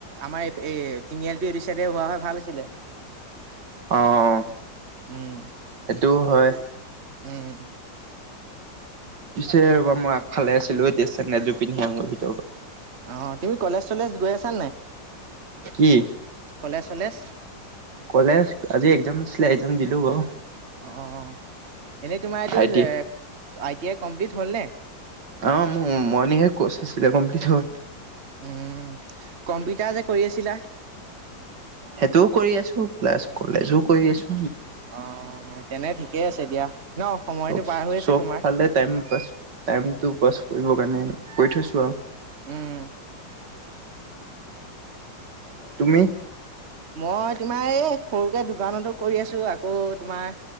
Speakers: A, on the right; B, on the right.
A: আমাৰ এই এই টিনিআলিটো এইটো চাইডে হোৱা হয় ভাল আছিলে।
B: অ'।
A: উম,
B: সেইটোও হয়।
A: উম।
B: পিছে ৰ'বা মই আগফালে আছিলোঁ, এতিয়া চেন্দেলযোৰ পিন্ধি আহোগৈ ভিতৰপা।
A: অ', তুমি কলেজ চলেজ গৈ আছা
B: কি?
A: কলেচ ছলেজ
B: কলেজ, আজি একজাম আছিলে একজাম দিলো বাও।
A: অ', এনেই তোমাৰ এইটো
B: আই টি
A: যে
B: আই।
A: ক আই-টি-আই কমপ্লিট হ'ল নে?
B: অ', মৰনিঙে নে কচ আছিলে কম্পলিট হ'ল।
A: উম, কম্পিউটাৰ যে কৰি আছিলা
B: সেইটোও কৰি আছো, প্লাছ কলেজ ও কৰি আছোঁ।
A: অ', তেনে থিক কে, আছে দিয়া। ন সময়টো
B: চব
A: পাৰ
B: -
A: হৈ আছে
B: চব
A: তোমাৰ
B: ফালে টাইম পাছ, টাইম টো পাছ কৰিব কাৰণে কৰি থৈছো আৰু।
A: উম।
B: তুমি?
A: মই তোমাৰ এই সৰুকে দোকানতো কৰি আছো, আকৌ তোমাৰ